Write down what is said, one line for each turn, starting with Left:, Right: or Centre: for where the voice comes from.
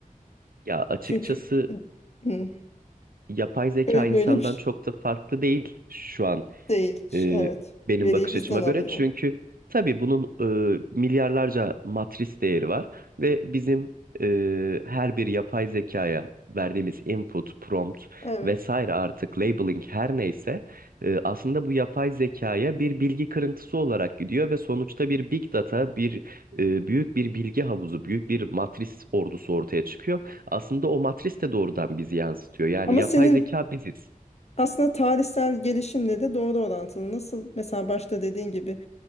Right: Ya açıkçası
Left: Çünkü hı,
Right: yapay zeka
Left: böyle,
Right: insandan
Left: böyle bir şey
Right: çok da farklı değil şu an
Left: değil.
Right: e,
Left: Evet.
Right: benim
Left: Veriyi
Right: bakış
Left: bizden
Right: açıma göre.
Left: alıyor.
Right: Çünkü tabii bunun e, milyarlarca matris değeri var ve bizim e, her bir yapay zekaya verdiğimiz input, prompt
Left: Evet.
Right: vesaire artık labeling her neyse e, aslında bu yapay zekaya bir bilgi kırıntısı olarak gidiyor ve sonuçta bir big data, bir e, büyük bir bilgi havuzu, büyük bir matris ordusu ortaya çıkıyor. Aslında o matris de doğrudan bizi yansıtıyor. Yani
Left: Ama
Right: yapay
Left: senin
Right: zeka biziz.
Left: aslında tarihsel gelişimle de doğru orantılı. Nasıl mesela başta dediğin gibi